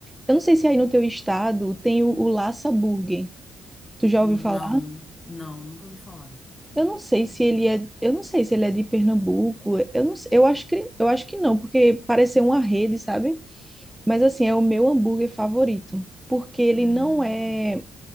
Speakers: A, in the centre; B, on the left.
A: eu não sei se aí no teu estado tem o, o Laça Burger. Tu já
B: Não,
A: ouviu falar?
B: não, nunca ouvi falar.
A: Eu não sei se ele é, eu não sei se ele é de Pernambuco. Eu não, eu acho que, eu acho que não, porque parece ser uma rede, sabe? Mas assim, é o meu hambúrguer favorito, porque ele
B: Hum,
A: não é